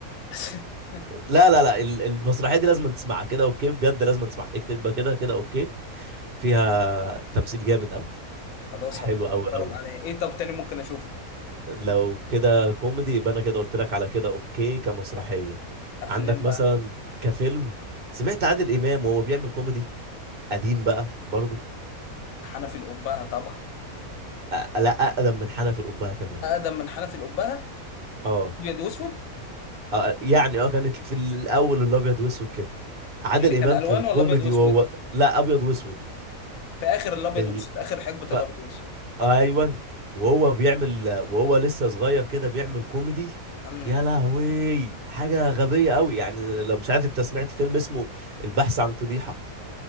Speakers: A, on the left; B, on the right.
A: <laughs>
B: لا لا لا ال- المسرحيه دي لازم تسمعها كده اوكي بجد لازم تسمعها اكتب بقى كده كده اوكي فيها تمثيل جامد قوي
A: خلاص
B: حلو
A: هبقى
B: قوي
A: اتفرج
B: قوي
A: عليها ايه طب تاني ممكن اشوفه
B: لو كده كوميدي يبقى انا كده قلت لك على كده اوكي كمسرحيه
A: افلام
B: عندك مثلا
A: بقى
B: كفيلم سمعت عادل امام وهو بيعمل كوميدي قديم بقى برضه
A: حنفي الأبهة طبعا
B: أ- لا اقدم من حنف القبهه كمان
A: اقدم من حنفي القبه
B: اه
A: ابيض واسود
B: آه، يعني اه كانت في الاول الابيض واسود كده عادل
A: يعني كان
B: امام
A: الوان
B: في الكوميدي
A: ولا ابيض واسود
B: وهو لا ابيض واسود
A: في اخر الابيض
B: في ال...
A: واسود اخر حقبه
B: ف...
A: الابيض واسود
B: ايوه وهو بيعمل وهو لسه صغير كده بيعمل كوميدي
A: امم
B: يا لهوي حاجه غبيه قوي يعني لو مش عارف انت سمعت فيلم اسمه البحث عن فضيحه